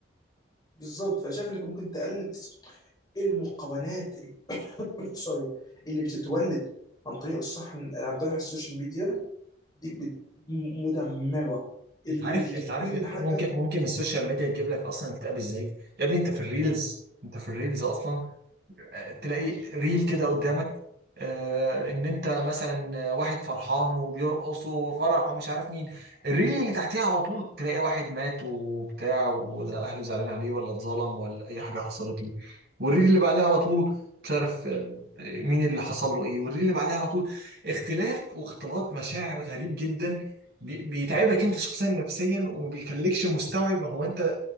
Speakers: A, on the left; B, on the right.
A: بالظبط فشايف انك ممكن تقلل الس- المقارنات ال- <laughs> سوري اللي بتتولد عن طريق الصح عن طريق السوشيال ميديا دي بت- مدمره اللي
B: انت عارف
A: اللي
B: انت
A: كل
B: عارف
A: حاجه
B: ممكن ممكن السوشيال ميديا تجيب لك اصلا اكتئاب ازاي يا ابني انت في الريلز انت في الريلز اصلا تلاقي ريل كده قدامك آه، ان انت مثلا واحد فرحان وبيرقص وفرح ومش عارف مين الريل اللي تحتيها على طول تلاقي واحد مات وبتاع واهله زعلانين عليه ولا اتظلم ولا اي حاجه حصلت له والريل اللي بعدها على طول مش عارف آه، مين اللي حصل له ايه والريل اللي بعدها على طول اختلاف واختلاط مشاعر غريب جدا بي- بيتعبك انت شخصيا نفسيا وما بيخليكش مستوعب هو انت